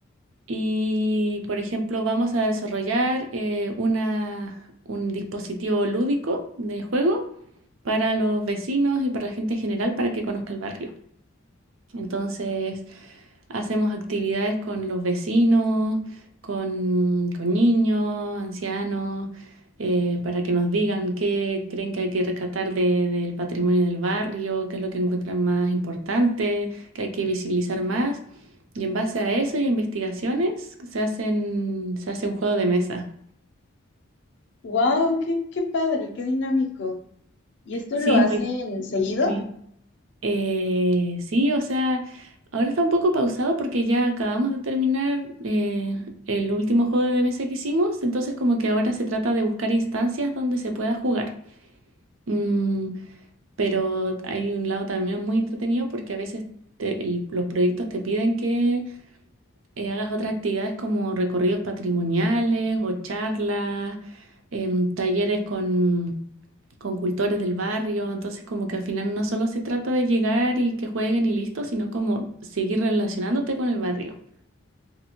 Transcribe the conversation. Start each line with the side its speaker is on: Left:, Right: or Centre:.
Right: y, por ejemplo, vamos a desarrollar eh, una, un dispositivo lúdico de juego para los vecinos y para la gente en general para que conozca el barrio. Entonces hacemos actividades con los vecinos, con, con niños, ancianos, eh, para que nos digan qué creen que hay que rescatar de- del patrimonio del barrio, qué es lo que encuentran más importante, qué hay que visibilizar más. Y en base a eso y a investigaciones se hacen, se hace un juego de mesa.
Left: ¡Wow! ¡Qué, qué padre! ¡Qué dinámico! ¿Y esto
Right: Sí,
Left: lo hacen
Right: es muy
Left: seguido?
Right: entretenido. Eh, sí, o sea, ahora está un poco pausado porque ya acabamos de terminar eh, el último juego de mesa que hicimos, entonces como que ahora se trata de buscar instancias donde se pueda jugar. Mm, pero hay un lado también muy entretenido porque a veces te- el- los proyectos te piden que eh, hagas otras actividades como recorridos patrimoniales o charlas, em, talleres con, con cultores del barrio. Entonces, como que al final no solo se trata de llegar y que jueguen y listo, sino como seguir relacionándote con el barrio.